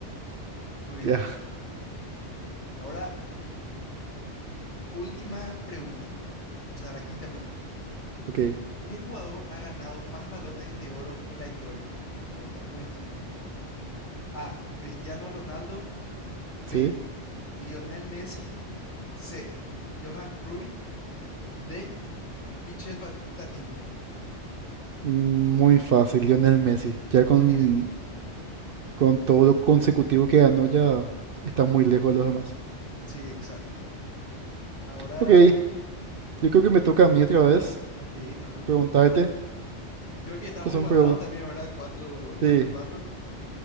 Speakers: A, on the left (about 40°); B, on the right (about 60°).
A: muy bien.
B: Ya,
A: Ahora, última pregunta, o sea, la quinta pregunta.
B: Ok,
A: ¿Qué jugador ha ganado más balones de oro en la historia? Una pregunta muy fácil. A. Cristiano Ronaldo. B.
B: sí.
A: Lionel Messi. C. Johan Cruyff. D. Michel Pat- Platini.
B: Mm, Muy fácil, Lionel Messi. Ya con,
A: Muy bien,
B: con todo lo consecutivo que ganó, ya está muy lejos de los demás.
A: sí, exacto. Ahora,
B: Ok, yo creo que me toca a mí otra vez
A: ok, no hay problema.
B: preguntarte.
A: Creo que estamos
B: Estas son
A: igualados
B: preguntas.
A: también, verdad cuatro
B: Sí,
A: cuatro cuatro ok.